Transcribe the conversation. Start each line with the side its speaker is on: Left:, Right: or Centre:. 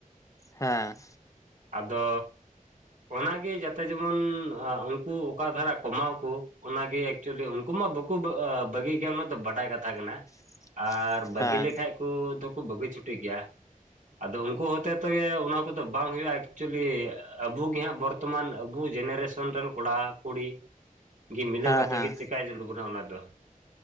Left: ᱦᱮᱸ᱾
Right: ᱟᱫᱚᱻ ᱚᱱᱟᱜᱮ ᱡᱟᱛᱮ ᱡᱮᱢᱚᱱ ᱩᱝᱠᱩ ᱚᱠᱟ ᱫᱷᱟᱨᱟ ᱠᱚᱢᱟᱣ ᱠᱚ ᱚᱱᱟᱜᱮ᱾ ᱮᱠᱪᱩᱭᱮᱞᱤ ᱩᱱᱠᱩ ᱢᱟ ᱵᱟᱠᱚ ᱵᱟ, ᱟᱻ ᱵᱟᱹᱜᱤ ᱜᱮᱭᱟ ᱚᱱᱟᱛᱚ ᱵᱟᱰᱟᱭ ᱠᱟᱛᱷᱟ ᱠᱟᱱᱟ᱾
Left: <inaudible>
Right: ᱟᱨ ᱵᱟᱹᱜᱤ
Left: ᱦᱮᱸ
Right: ᱞᱮᱠᱷᱟᱡ ᱠᱚ ᱫᱚᱠᱚ ᱵᱟᱹᱜᱤ ᱪᱷᱩᱴᱤ ᱜᱮᱭᱟ᱾ ᱟᱫᱚ ᱩᱱᱠᱩ ᱦᱚᱛᱮ ᱛᱮᱜᱮ ᱚᱱᱟ ᱠᱚᱫᱚ ᱵᱟᱝ ᱦᱩᱭᱩᱜ-ᱟ᱾ ᱮᱠᱪᱩᱭᱮᱞᱤ ᱟᱵᱚ ᱜᱮᱦᱟᱸᱜ ᱵᱚᱨᱛᱚᱢᱟᱱ ᱟᱵᱚ ᱡᱮᱱᱟᱨᱮᱥᱚᱱ ᱨᱮᱱ ᱠᱚᱲᱟ ᱠᱩᱲᱤ᱾ ᱜᱮ ᱢᱤᱞᱟᱹᱣ
Left: ᱦᱮᱸ
Right: ᱠᱟᱛᱮᱫ
Left: ᱦᱮᱸ
Right: ᱜᱮ ᱪᱮᱠᱟᱭ ᱡᱟᱹᱨᱩᱲ ᱵᱚᱱᱟ ᱚᱱᱟ ᱫᱚ᱾